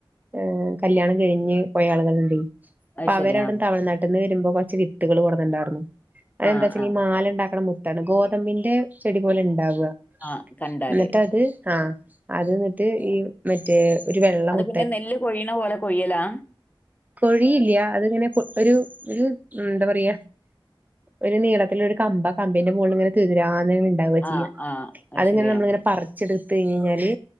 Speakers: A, on the right; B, on the left.
A: ് കല്യാണം കഴിഞ്ഞ് പോയയാളുകളുണ്ട് അപ്പൊ
B: അത്
A: അവരവിട
B: ശരി ആഹ്
A: തമിഴ്നാട്ട പെട്ടെന്ന് വരുമ്പോ കുറച്ച് വിത്തുകൾ കൊടന്നുണ്ടാർന്നു അത്ന്ച്ചെങ്കി
B: ആഹ് ആഹ്
A: മാല ഉണ്ടാക്കണ ാണ് ഗോതമ്പിന്റെ ചെടി പോലെ ഉണ്ടാവ
B: ആഹ് കണ്ടാല്
A: എന്നിട്ട് അത് ആഹ് അത് ന്നിട്ട്
B: ഏ.
A: ഈ മറ്റേ ഒരു വെള്ളം
B: അത്
A: മു
B: പിന്നെ നെല്ല് കൊഴിയണ പോലെ കൊയ്യലാ?
A: കൊഴിയില്ല അത്ങ്ങനെ ഒരു ഒരു എന്താ പറയാ ഒരു നീളത്തില ഒരു കമ്പ് ആകമ്പിന്റെ മുകളിൽ ഇങ്ങനെ തുരുതുരാ ന്ന് ണ്ടാവാ ചെയ്യാ
B: ആഹ് ആഹ് അത്
A: അത്ങ്ങനെ
B: ശരിയാണ്
A: നമ്മള ഇങ്ങനെ പറച്ച് ചെടിയുത്തി കഴിഞ്ഞ് കഴിഞ്ഞാല്